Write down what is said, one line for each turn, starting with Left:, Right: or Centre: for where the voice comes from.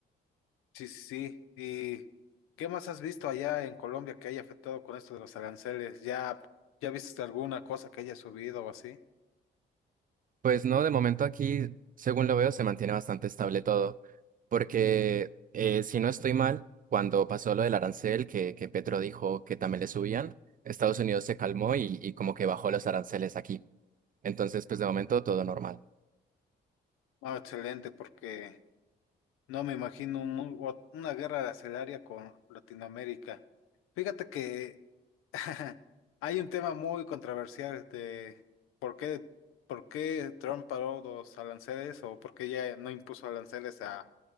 Left: Sí, sí, sí. ¿Y qué más has visto allá en Colombia que haya afectado con esto de los aranceles? ¿Ya, ya viste alguna cosa que haya subido o así?
Right: Pues no, de momento aquí, según lo veo, se mantiene bastante estable todo, porque eh, si no estoy mal, cuando pasó lo del arancel, que, que Petro dijo que también le subían, Estados Unidos se calmó y, y como que bajó los aranceles aquí. Entonces, pues de momento todo normal.
Left: No, excelente, porque No me imagino un mu- o- una guerra arancelaria con Latinoamérica. Fíjate que <laughs> hay un tema muy controversial de por qué, por qué Trump paró los aranceles o por qué ya no impuso aranceles a,